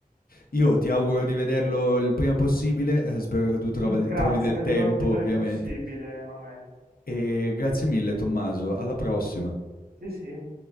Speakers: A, on the left; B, on the right.
A: Io ti auguro di vederlo il prima possibile, eh, spero che
B: <clears throat>
A: tu trovi,
B: <laughs> Grazie,
A: trovi del
B: vedrò
A: tempo
B: di
A: ovviamente.
B: fare il possibile, Emanuele.
A: E grazie mille Tommaso, alla prossima.
B: Sì, sì.